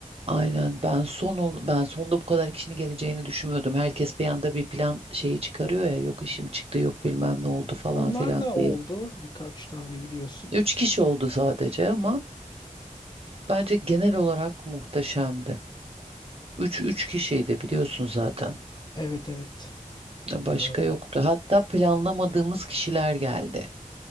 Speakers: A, on the right; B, on the left.
A: Aynen ben son ol- ben sonda bu kadar kişinin geleceğini düşünmüyordum. Herkes bir anda bir plan şeyi çıkarıyor ya yok işim çıktı yok bilmem ne oldu falan
B: Onlar
A: filan
B: da oldu
A: diye.
B: birkaç tane biliyorsun.
A: Üç kişi oldu sadece ama bence genel olarak muhteşemdi. Üç, üç kişiydi biliyorsun zaten.
B: Evet evet.
A: Başka
B: Ee,
A: yoktu. Hatta planlamadığımız kişiler geldi.